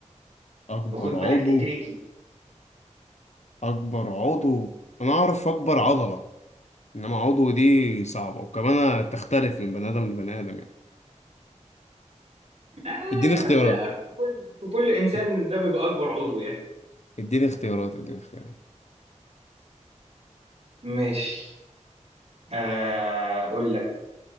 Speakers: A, on the left (about 65°); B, on the right (about 55°).
A: أكبر
B: وخد بالك
A: عضو
B: دي تريكي
A: أكبر عضو أنا أعرف أكبر عضلة إنما عضو دي صعبة وكمان تختلف من بني آدم لبني آدم يعني
B: آه
A: إديني اختيارات
B: بس في كل في كل انسان
A: إد-
B: ده بيبقى اكبر عضو يعني
A: إديني اختيارات إديني اختيارات
B: ماشي آه، اقول لك